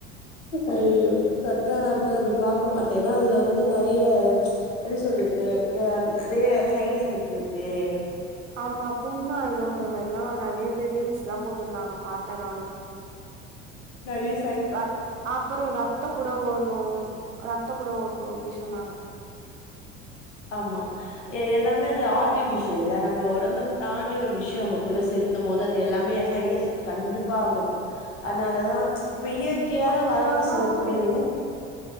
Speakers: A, on the left (about 75°); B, on the right (about 80°).
A: ஐயயோ சொட்டயானா கூட நா போய் பாக்க மாட்ட ஏனா அதுல வந்து நறிய எப்டி சொல்றது யம் நறைய சைட் எஃபெக்ட்டுருக்கு
B: ஆமா புண்ணாயிடோன்ற மாரிலா நறைய பேர் ரீல்ஸ்ல்லா போட்ருந்தாங்க பாத்த நானு
A: நறைய
B: ரப் அப்பறோ ரத்தக் கூட வரூ ரத்தக் கூட வரூ அப்டி சொன்னாங்க
A: ஆமா எ எல்லாமே அது ஆர்ட்டிஃபிஷியல்ல நம்ம ஒடம்ப தாண்டி ஒரு விஷ்யோ நம்மக்குள்ள செலு த்தும் போது அது எல்லாமே எ சைட் எஃப் கண்டிப்பா ஆகோ அன்னாலதா இப்ப இயற்கையான
B: இப்ப இல்லனாலு
A: வளந்த சில பொருளு
B: பிற்